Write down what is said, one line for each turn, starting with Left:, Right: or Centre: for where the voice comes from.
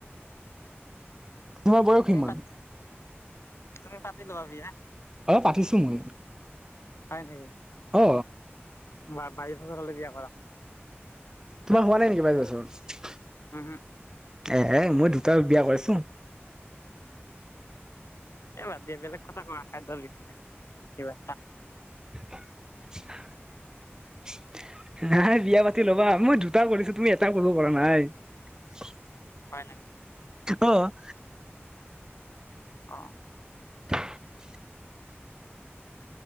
Right: তোমাৰ বয়স
Left: তুমি
Right: কিমান।
Left: পাত তুমি পাতি লোৱা বিয়া।
Right: অহ পাতিছো মই।
Left: হয় নেকি?
Right: অ
Left: বা বাইছ বছৰ হ'লে বিয়া কৰাম।
Right: তোমাৰ হোৱা নাই নেকি বাইছ বছৰ
Left: উহপ
Right: এ মই দুটা বিয়া কৰাইছো।
Left: এইবাদ দিয়ে বেলেগ কথা কোৱা খাদ্যৰ বিষয় কিবা
Right: <unintelligible> <inaudible>
Left: হয় নেকি।
Right: অহ <inaudible>
Left: অ
Right: <unintelligible>